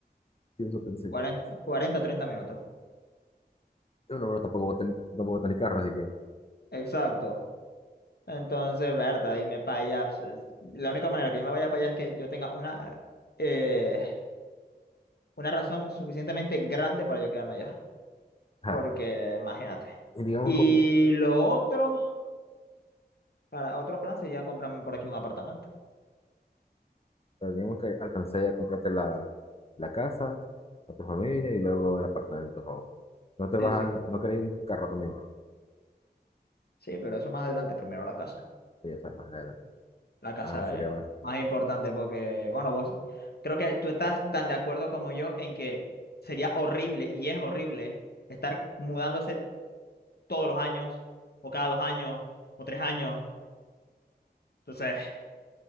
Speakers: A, on the left; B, on the left.
A: Sí, eso pensé
B: 40,
A: yo.
B: 40 30 minutos.
A: Yo no, pero tampoco voy a ten- tampoco voy a tener carro, así que.
B: Exacto. Entonces, verdad, y me paya. pues, La única manera que yo me vaya para allá es que yo tenga una, eh, una razón suficientemente grande para yo quedarme allá.
A: Ajá.
B: Porque, imagínate.
A: Y digamos,
B: Y
A: con-
B: lo otro, para otro plan sería comprarme por aquí un apartamento.
A: eh, digamos que alcancé a comprarte la, la casa, a tu familia y luego el apartamento. ¿no? No te vas
B: Sí, sí.
A: a, no querés un carro también.
B: Sí, pero eso más adelante, primero la casa.
A: Sí, o sea, más adelante.
B: La casa
A: Ajá, sería
B: es
A: más.
B: más importante porque, bueno, vos creo que tú estás tan de acuerdo como yo en que sería horrible y es horrible estar mudándose todos los años o cada dos años o tres años. Entonces,